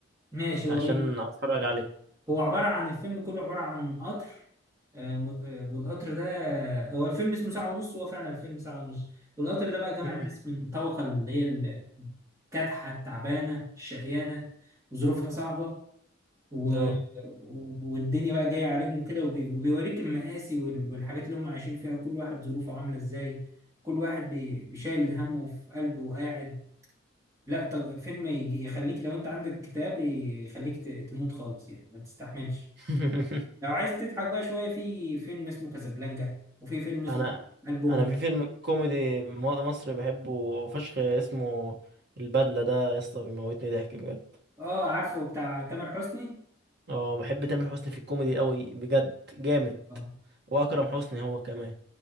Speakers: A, on the right; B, on the right.
A: ماشي
B: عشان
A: هو بي...
B: اتفرج عليه
A: هو عباره عن الفيلم كله عباره عن قطر آه، م- آه، والقطر ده هو الفيلم اسمه ساعه ونص وهو فعلا الفيلم ساعه ونص والقطر ده بقى جمع
B: مم.
A: ناس من الطبقه اللي هي ال- كادحه التعبانه الشقيانه وظروفها صعبه و...
B: اه
A: والدنيا بقى جاية عليهم كده وبي... وبيوريك المآسي وال... والحاجات اللي هم عايشين فيها وكل واحد ظروفه عاملة ازاي كل واحد بي... بيشايل همه في قلبه وقاعد لا طب فيلم يجي- يخليك لو انت عندك كتاب ي- يخليك ت... تموت خالص يعني ما تستحملش
B: <laughs>
A: لو عايز تضحك بقى شوية في فيلم اسمه كازابلانكا وفي فيلم اسمه
B: انا
A: قلب أمه
B: انا في فيلم كوميدي م- مصري بحبه فشخ اسمه البدلة ده يا اسطى بيموتني ضحك بجد
A: اه عارفه بتاع تامر حسني
B: اه بحب تامر حسني في الكوميدي قوي بجد جامد
A: اه
B: واكرم حسني هو كمان